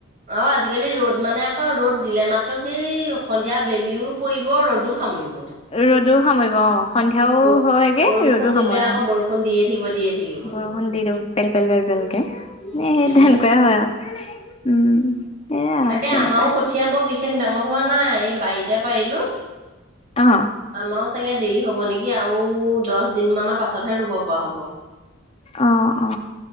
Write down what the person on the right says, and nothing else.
আৰু আজিকালি ৰ'দ মানে এনেকা ৰ'দ দিলে মাত্ৰ সেই সন্ধিয়া বেলিও পৰিব ৰ'দো সামৰিব
ব
বৰষুণ
দিলে আকৌ
বৰষুণ দিয়ে থাকিব দিয়ে থাকিব।
উম সেইটোহে।
তাকে
আমাৰো কঠীয়া বৰ বিশেষ ডাঙৰ হোৱা নাই এই বাৰীতে পাৰিলো
আমা চাগে দেৰি হ'ব নেকি আৰু দহ দিন মানৰ পাছতহে ৰুব পৰা হ'ব